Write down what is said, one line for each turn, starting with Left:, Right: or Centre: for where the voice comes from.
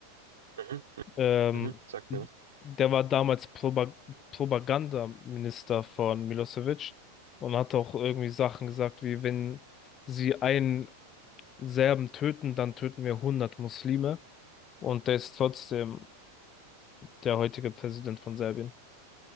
Right: mhm,
Left: Ähm,
Right: mhm. Sagt mir was?
Left: der war damals Proba Propagandaminister von Milosevic und hat auch irgendwie Sachen gesagt, wie wenn sie einen Serben töten, dann töten wir hundert Muslime. Und der ist trotzdem der heutige Präsident von Serbien.